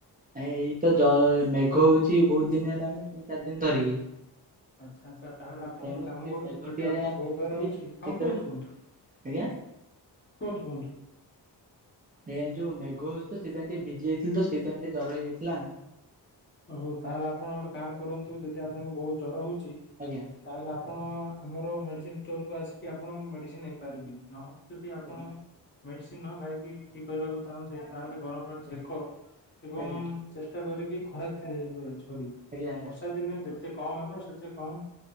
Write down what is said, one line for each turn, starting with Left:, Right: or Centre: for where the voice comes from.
Right: ଆ ଏଇତ ଜ ମେଘ ହଉଛି ବହୁତ ଦିନ ହେଲାଣି ତିନି ଚାରି ଦିନି ଧରିକି।
Left: ଆଚ୍ଛା ଆଚ୍ଛା ତାହେଲେ ଆପଣ
Right: ତେଣୁ
Left: ଗୋଟେ କାମ
Right: ସେ
Left: କରନ୍ତୁ
Right: ମେଘଟି
Left: ଯଦି ଆପଣଙ୍କୁ
Right: ଆଜ୍ଞା ଭିଜିଥିଲି
Left: ବହୁତ ଜର ହଉଛି ହଁ
Right: ସେଥିପାଇଁ
Left: କୁହନ୍ତୁ କୁହନ୍ତୁ।
Right: ଆଜ୍ଞା।
Left: କୁହନ୍ତୁ କୁହନ୍ତୁ।
Right: ଆଜ୍ଞା ଯୋଉ ମେଘ ହଉଛି ତ ସେଇଥିପାଇଁ ଟିକେ ଭିଜି ଯାଇଥିଲି ତ ସେଇଥିପାଇଁ ଟିକେ ଜର ହେଇଯାଇଥିଲା।
Left: ହଉ ତାହେଲେ ଆପଣ ଗୋଟେ କାମ କରନ୍ତୁ ଯଦି ଆପଣଙ୍କୁ ବହୁତ ଜ୍ଵର ହଉଛି
Right: ଆଜ୍ଞା।
Left: ତାହେଲେ ଆପଣ। ଆମର ମେଡିସିନ ଷ୍ଟୋରକୁ ଆସିକି ଆପଣ ଉ ମେଡିସିନ ନେଇପାରିବେ ନହତ ଯଦି ଆପଣ।
Right: ଆଜ୍ଞା
Left: ମେଡିସିନ ନ ଖାଇକି ଠିକ୍ କରିବାକୁ ଚାହୁଁଚେ ତାହେଲେ। ଗରମ ପାଣି ସେକ
Right: ଆଜ୍ଞା
Left: ଏବଂ
Right: ଆଜ୍ଞା।
Left: ଚେଷ୍ଟା କରିକି ଖରା ତି। <unintelligible>
Right: ଆଜ୍ଞା ଆଜ୍ଞା
Left: ବର୍ଷା ଦିନେ ଯେତେ କମ ହେବ ସେତେ କମ।